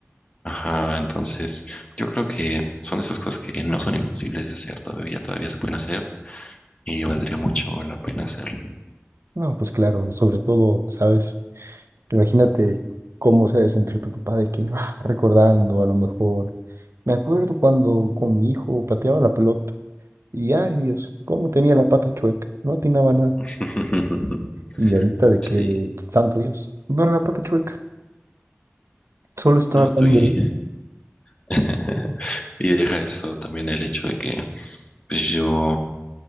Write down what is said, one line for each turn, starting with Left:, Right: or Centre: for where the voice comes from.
Left: Ajá, entonces yo creo que son esas cosas que no son imposibles de hacer todavía, todavía se pueden hacer y valdría mucho la pena hacerlo.
Right: No, pues claro, sobre todo, ¿sabes? Imagínate cómo se ha de sentir tu papá de que va recordando a lo mejor. Me acuerdo cuando con mi hijo pateaba la pelota y, ay Dios, cómo tenía la pata chueca. No atinaba nada.
Left: <laughs>
Right: Y ahorita de que,
Left: Sí,
Right: santo Dios, no era la pata chueca, solo estaba
Left: no,
Right: tan...
Left: tú y
Right: bien.
Left: <laughs> Y deja eso también el hecho de que pues yo